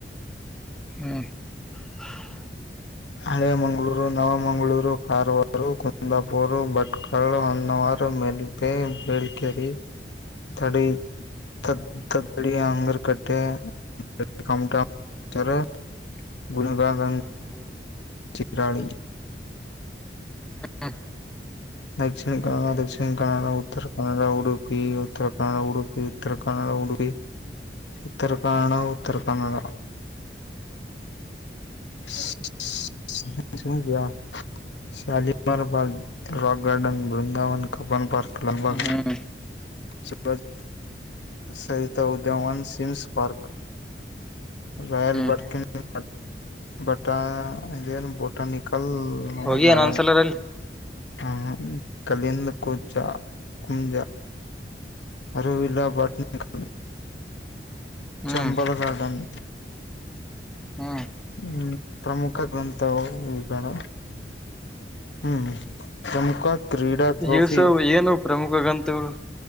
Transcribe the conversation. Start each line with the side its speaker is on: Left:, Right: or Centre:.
Centre: <inaudible>
Left: ಹಳೆ ಮಂಗ್ಳೂರು ನವ ಮಂಗ್ಳೂರು ಕಾರವಾರು, ಕುಂದಾಪುರು, ಭಟ್ಕಳ, ಹೊನ್ನವಾರ, ಮೆಲ್ಪೆ, ಬಳ್ಕೆರಿ ತಡಿ ತ ತಡಿ ಅಂಗರ್ ಕಟ್ಟೆ. ಕ <unintelligible> ಗುಣಗದ
Centre: <unintelligible>
Left: ಚಿತ್ರಹಳಿ
Centre: ಹ್ಮ
Left: ದಕ್ಷಿಣ ಕನ್ನಡ ದಕ್ಷಿಣ ಕನ್ನಡ ಉತ್ತರ್ ಕನ್ನಡ ಉಡುಪಿ ಉತ್ತರ ಕನ್ನಡ ಉಡುಪಿ ಉತ್ತರ ಕನ್ನಡ ಉಡುಪಿ ಉತ್ತರ ಕನ್ನಡ ಉತ್ತರ ಕನ್ನಡ ಹ್ಮ್ ಸುಮ್ ದ್ಯ ಸಾಲಿ ಬ rock garden Brindavan Cubbon park Lalbagh
Centre: ಹ್ಮ್
Left: ಸ್ ಬಾಗ್ ಸಹಿತ್ ಉದ್ಯಾವನ್ ಸಿಮ್ಸ್ ಪಾರ್ಕ್ ರಾಯಲ್
Centre: ಹ್ಮ್
Left: ಬರ್ಕನ್ ಹಟ್ ಬಟಾ ಇದೇನ್ ಬೊಟಾನಿಕಲ್
Centre: ಹೋಗಿಯನ
Left: ಗಾರ್ಡನ್.
Centre: ಒಂದ್ಸಲರಲ್ಲಿ
Left: ಹ ಕಲಿಂದ್ ಕುಚ ಕುಂಜ ಅರಿವಿಲ್ಲಾ ಬ <unintelligible>
Centre: ಹ್ಮ್
Left: ಚಂಬಲ ಗಾರ್ಡನ್
Centre: ಹ್ಮ
Left: ಹ್ಮ ಪ್ರಮುಖ ಗ್ರಂಥವು ಈಗಳು ಹ್ಮ್ ಪ್ರಮುಖ ಕ್ರೀಡಾ ಟ್ರೋಫಿ.
Centre: ಇಸವು ಏನು ಪ್ರಮುಖ ಗ್ರಂಥಗಳು